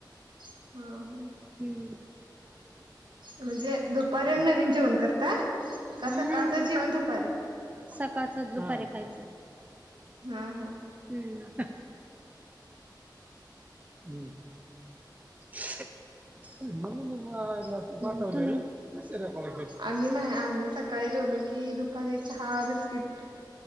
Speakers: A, on the right (about 75°); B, on the right (about 20°).
A: हा हा.
B: हम.
A: म्हणजे दुपारी
B: हम्म.
A: नवीन जेवण करता. का सकाळचं
B: नाही नाही
A: जेवण दुपारी
B: सकाळच दुपारी खायचं.
A: हा हा.
B: हम्म, हम्. <unintelligible> <unintelligible>
A: आम्ही नाही आम्ही सकाळी जेवलो की दुपारी चहा बिस्किट.